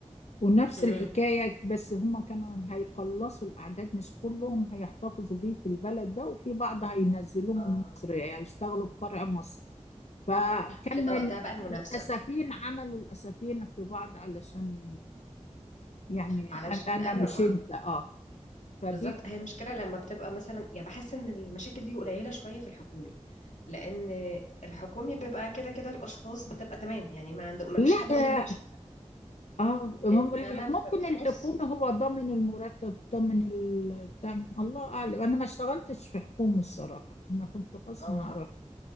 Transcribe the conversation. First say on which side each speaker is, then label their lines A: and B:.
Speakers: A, on the left (about 65°); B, on the left (about 80°).
A: ونفس
B: امم
A: الحكاية بس هما كانوا هيقلصوا الأعداد مش كلهم هيحتفظوا بيه في البلد ده وفي بعض هينزلوهم
B: اه
A: مصر يعني يشتغلوا في فرع مصر فكان
B: بتبقى
A: ال-
B: وقتها بقى المنافسه
A: الأسفين عملوا الأسفين في بعض علشان يعني
B: علشان
A: أنا أنا
B: ايوه
A: مش أنت أه فدي
B: بالظبط هي المشكلة لما بتبقى مثلا يعني بحس ان المشاكل دي قليلة شوية في الحكومي لان الحكومي بيبقى كده كده الاشخاص بتبقى تمام يعني ما عنده ما فيش
A: لا
B: حد ممكن يمشيها
A: اه مم-
B: انما
A: ممكن
B: في الخاص
A: الحكومة هو ضامن المرتب ضامن التم الله أعلم أنا ما اشتغلتش في حكومة الصراحة أنا كنت خاص
B: اه
A: ما أعرف